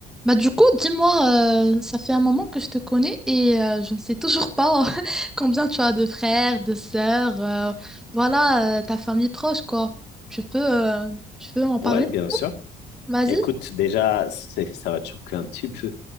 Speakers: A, in the centre; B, on the left.
A: Bah du coup, dis-moi, euh, ça fait un moment que je te connais et euh, je ne sais toujours pas <laughs> combien tu as de frères, de sœurs, euh, voilà, euh, ta famille proche, quoi. Tu peux, euh, tu peux en parler?
B: Oui, bien sûr.
A: Vas-y.
B: Écoute, déjà, c'est- ça va te choquer un petit peu,